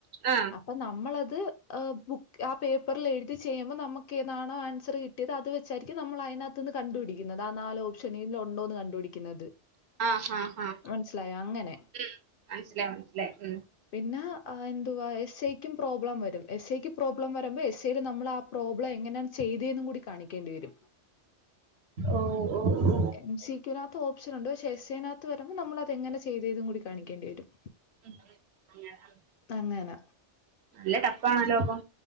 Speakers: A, on the right (about 65°); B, on the left (about 60°).
A: ആഹ്
B: അപ്പൊ നമ്മളത് എ ബുക്ക് ആ പേപ്പറിൽ എഴുതി ചെയ്യുമ്പോൾ നമുക്ക് താണോ ആൻസർ കി ട്ടിയത് അത് വെച്ചായിരിക്കും നമ്മൾ അതിനകത്ത് നിന്ന് കണ്ടുപിടുന്നത് ആ നാല് ഓപ്ഷനി ഉണ്ടോന്ന് കണ്ടുപിടിക്കുന്നത്
A: ആ ഹ ഹ
B: മനസ്സിലായോ അങ്ങനെ
A: ഉം. മനസിലായി മനസ്സിലായി ഉം
B: പിന്നെ എന്തുവാ എസ് ഐക്കും പ്രോബ്ലം വരും എസ് ഐക്ക് പ്രോബ്ലം വരുമ്പോ എസ് ഐയില് നമ്മൾ ആ പ്രോബ്ലം എങ്ങനെയാണ് ചെയ്തെന്നും കൂടി കാണിക്കേണ്ടി വരും
A: ഓഹ് ഓഹ് ഓഹ്
B: എം സി കു വിനകത്ത് ഓപ്ഷൻ ഉണ്ട് പക്ഷെ എസ് അതിനകത്ത് വരുമ്പോ നമ്മൾ അത് എങ്ങനെ ചെയ്തും കൂടി കാണിക്കേണ്ടി വരും
A: <inaudible>
B: അങ്ങന
A: നല്ല ടഫാണല്ലോ അപ്പം